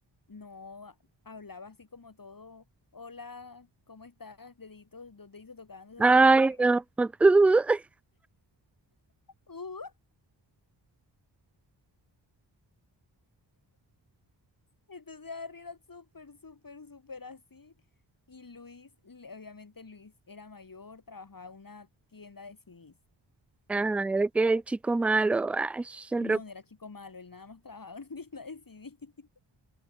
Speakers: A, on the left; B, in the centre.
A: no hablaba así como todo, hola, ¿cómo estás? Deditos, dos deditos tocándose,
B: Ay,
A: así como que...
B: no. <laughs>
A: ¡uh! Entonces Harry era súper, súper, súper así. Y Luis, le- obviamente Luis era mayor, trabajaba en una tienda de CDs.
B: Uh, ajá, era que el chico malo, ay, el
A: No, no era chico malo, él nada más trabajaba en una <laughs> tienda de CDs.